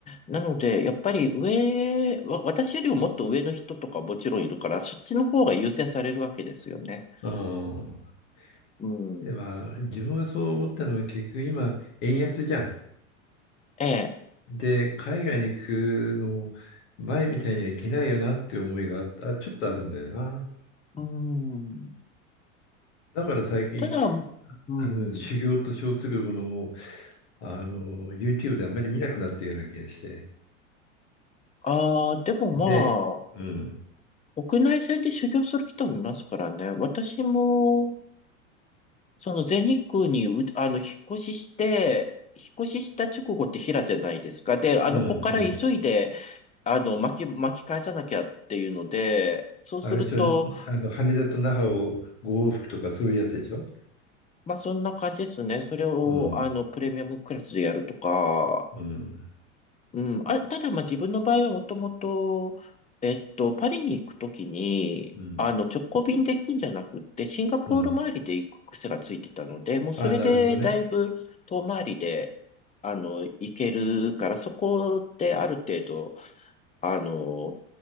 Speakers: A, on the left (about 20°); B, on the left (about 65°).
A: なので、やっぱり上、わ、私よりももっと上の人とかもちろんいるから、そっちの方が優先されるわけですよね。
B: ああ。
A: うん、
B: で、まあ、自分がそう思ったのは結局今、円安じゃん。
A: ええ、
B: で、海外に行くのも前みたいにはいけないよなって思いがあった、あちょっとあるんだよな。
A: うん、
B: だから最近、
A: ただ、うん、
B: あの、修行と称するものも、あの、YouTube であんまり見なくなったような気がして。
A: ああ、でもまあ、
B: で、うん、
A: 国内線で修行する人もいますからね。私も、その全日空にう、あの、引っ越しして、引っ越しした直後って平じゃないですか。で、あの、
B: うん、うん。
A: ここから急いで、あの、巻き、巻き返さなきゃっていうので、そうすると、
B: あれでしょ、あの、羽田と那覇を5往復とかそういうやつでしょ。
A: まあ、そんな感じですね。それを、
B: うん、
A: あの、プレミアムクラスでやるとか、
B: うん、
A: うん、あ、ただ、まあ、自分の場合はもともと、えっと、パリに行くときに、
B: うん、
A: あの、直行便で行くんじゃなくって、シンガポール周りで行く癖がついてたので、
B: うん。
A: もうそれでだいぶ遠回りで、
B: あ、なるほどね。
A: あの、行けるから、そこである程度、あの、